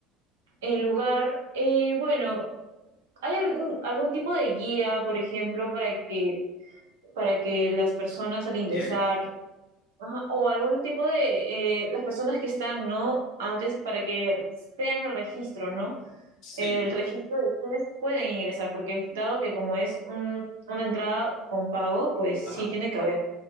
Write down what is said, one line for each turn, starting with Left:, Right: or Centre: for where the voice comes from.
Right: el lugar, eh, bueno, ¿hay algún, algún tipo de guía, por ejemplo, para que, para que las personas al ingresar,
Left: Llegan.
Right: ajá, o algún tipo de, eh, las personas que están, ¿no? Antes para que vean el registro, ¿no?
Left: Sí,
Right: El registro de quienes pueden ingresar, porque dado que como es un- una entrada con pago, pues
Left: ajá.
Right: sí tiene que haber.